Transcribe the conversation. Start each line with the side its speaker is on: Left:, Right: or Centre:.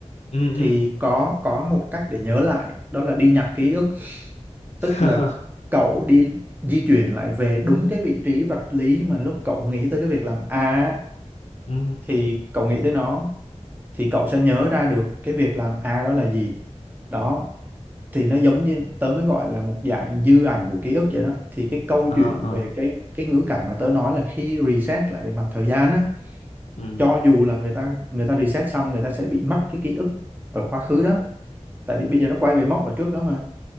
Left: ừ
Right: Thì
Left: ừ
Right: có có một cách để nhớ lại, đó là đi nhặt ký ức
Left: <laughs>
Right: tức là cậu đi di chuyển lại về đúng cái vị trí vật lý mà lúc cậu nghĩ tới cái việc làm A
Left: ừ
Right: thì cậu nghĩ tới nó thì cậu sẽ nhớ ra được cái việc làm A đó là gì đó thì nó giống như tớ mới gọi là một dạng dư ảnh của ký ức vậy đó thì cái câu
Left: ờ
Right: chuyện
Left: ờ
Right: về cái cái ngữ cảnh mà tớ nói là khi reset lại về mặt thời gian á
Left: ừ
Right: cho dù là người ta người ta reset xong người ta sẽ bị mất cái ký ức ở quá khứ đó tại vì bây giờ nó quay về mốc ở trước đó mà